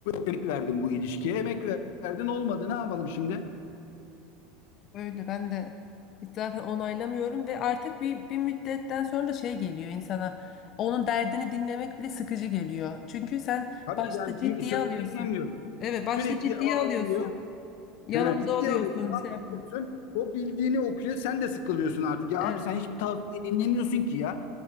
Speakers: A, on the left (about 70°); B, on the left (about 40°).
A: emek verdim bu ilişkiye. Emek verdin olmadı. Ne yapalım şimdi?
B: Öyle ben de zaten onaylamıyorum ve artık bir, bir müddetten sonra da şey geliyor insana. Onun derdini dinlemek bile sıkıcı geliyor. Çünkü sen
A: Tabii
B: başta
A: yani
B: ciddiye
A: çünkü söz
B: alıyorsun.
A: dinlemiyor.
B: Evet, başta
A: Sürekli
B: ciddiye
A: ağlanıyor.
B: alıyorsun. Yanında
A: Ha, ciddi
B: oluyorsun,
A: alıyorsun.
B: şey yapıyorsun.
A: Anlatıyorsun. O bildiğini okuyor. Sen de sıkılıyorsun artık. Ya
B: Evet,
A: abi sen hiçbir tavsiye dinlemiyorsun ki ya.